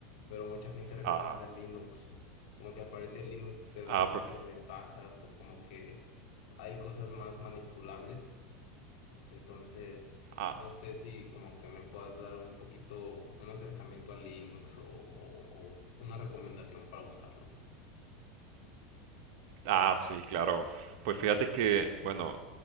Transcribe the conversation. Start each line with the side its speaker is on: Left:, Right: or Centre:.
Left: pero mucha gente recomienda
Right: Ah,
Left: Linux. Como que al parecer Linux te da
Right: ah,
Left: ciertas
Right: pues,
Left: ventajas o como que hay cosas más manipulables. Entonces,
Right: ah,
Left: no sé si como que me puedas dar un poquito un acercamiento a Linux o, o- o una recomendación para usarlo.
Right: ah, sí, claro. Pues fíjate que, bueno,